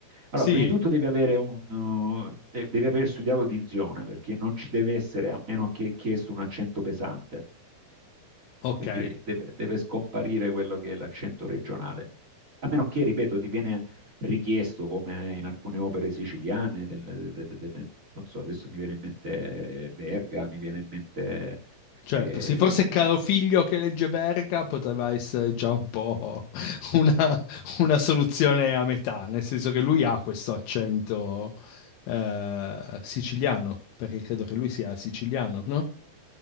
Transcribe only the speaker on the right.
Allora,
prima di tutto devi avere, un, uh, de- devi aver studiato dizione, perché non ci deve essere, a meno che è chiesto, un accento pesante,
quindi deve, deve scomparire quello che è l'accento regionale. A meno che, ripeto, ti viene richiesto, come in alcune opere siciliane, del- de- de- de- de- non so, adesso mi viene in mente eh, Verga, mi viene in mente...
eh,